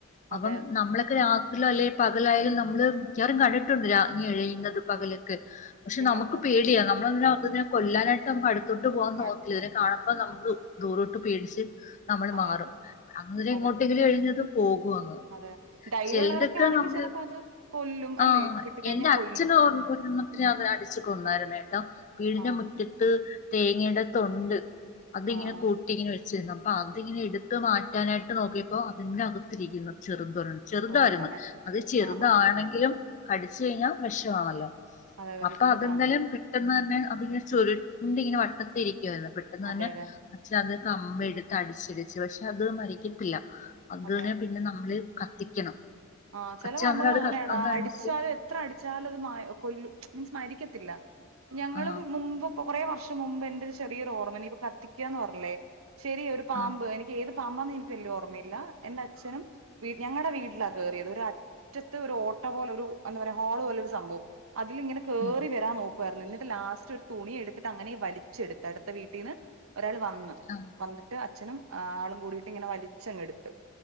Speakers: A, on the right; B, on the left.
A: അതെ
B: അപ്പം നമ്മളൊക്കെ രാ ത്രി അല്ലെ പകലായാലും നമ്മള് മിക്കാറും കണ്ടിട്ടുണ്ട് രാങ്ങി എഴയുന്നത് പകലൊക്കെ പക്ഷെ
A: പിന്നല്ലാതെ
B: നമുക്ക് പേടിയ നമ്മളെ അതിനെ കൊല്ലാനായിട്ട് നമ്മു അടുത്തോണ്ട് പോകാൻ
A: മടു
B: നോക്കില്ല ഇതിനെ കാണ അപ്പ നമുക്ക് ദൂരോട്ട് പേടിച്ച് നമ്മള്
A: അതെ
B: മാറും
A: അതെ
B: അവര്
A: അതെ
B: എങ്ങോട്ടെങ്കിലും എഴഞ്ഞതും പോകുവാന്ന്
A: അതെ ധൈര്യമുള്ളവരൊക്കെ
B: ചെൽതൊക്കെ
A: ആണെങ്കി
B: നമ്മള്
A: ചെലപ്പോ അത് കൊല്ലും
B: ആഹ്
A: അല്ലെ കിട്ടിക്കഴിഞ്ഞാ
B: എന്റെ അച്ഛൻ
A: കൊല്ലും
B: ഓ ഒരണ്ണം ഇനി അവര് അടിച്ച് കൊന്നായിരുന്ന
A: കൊല്ലിട്ടുണ്ട്
B: ട്ടോ വീടിൻ്റെ
A: ആഹ്
B: മുറ്റത്ത് തേങ്ങയുടെ തൊണ്ട് അതിങ്ങനെ
A: ആഹ് ആഹ്
B: കൂ ട്ടി ഇങ്ങനെ വെച്ചിരുന്നു അപ്പൊ അതിങ്ങനെ എടുത്ത് മാറ്റാനായിട്ട് നോക്കിയപ്പോ അതിന്റെകത്തിരിക്കുന്നു ചെറുതൊരണ്ണം ചെറുതായിരുന്നു
A: ഓ അങ്ങനെ
B: അത് ചെറുതാണെങ്കിലും
A: ആഹ് ആഹ്
B: കടിച്ചു കഴിഞ്ഞാൽ വെഷോണല്ലോ
A: അതെ അതെ
B: അപ്പൊ
A: ബുദ്ധിമുട്ടാണത്
B: അതെന്തലും പെട്ടെന്ന് തന്നെ അതിങ്ങനെ ചുരുണ്ട് ഇങ്ങനെ വട്ടത്തിരിക്കുവായിരുന്നു പെട്ടെന്ന്
A: അതെ
B: തന്നെ
A: അതെ
B: അച്ഛൻ അത് കമ്പ് എടുത്ത് അടിച്ചിടിച്ച് പക്ഷെ അത് മരിക്കത്തില്ല അതിനെ
A: അതെ
B: പിന്നെ നമ്മള് കത്തിക്കണം
A: ആഹ് ചെല
B: അച്ഛൻ
A: പാമ്പകൾ
B: അന്നേരം അത്
A: അങ്ങനെയാടാ
B: കത്ത് അത്
A: അടിച്ചാല്
B: അടിച്ച്
A: എത്ര അടിച്ചാലത് മ കൊലു മീൻസ് മരിക്കത്തില്ല ഞങ്ങളും
B: ആ
A: മുമ്പ് കൊറേ വർഷ തൊട്ട് മുമ്പ് എന്റെ ചെറിയരു ഓർമ്മ ഇനി കത്തിക്കാന്ന് പറഞ്ഞില്ലേ ശരിയ ഒരു പാമ്പ്
B: ആ
A: എനി ഏത് പാമ്പാന്ന് എനിക്ക് വലിയ ഓർമ്മയില്ല എന്റെ അച്ഛനും വി ഞങ്ങളുടെ വീട്ടില കേറിയത് ഒരു അറ്റത്ത് ഒരു ഓട്ട പോലെ ഒരു എന്താ പറയാ ഹോള് പോലെ ഒരു സംഭവം അതിൽ ഇങ്ങനെ കേറി
B: ഉം
A: വരാൻ നോ കുവർന്ന് എന്നിട്ട് ലാസ്റ്റ് ഒരു തുണി എടുത്തിട്ട് അങ്ങനെ വലിച്ചെടുത്ത് അടുത്ത വീട്ടീന്ന് ഒരാൾ വന്ന്
B: അഹ്
A: വന്നിട്ട് അചനും ആളും കൂടിട്ട് ഇങ്ങനെ വലിച്ചങ് എടുത്ത്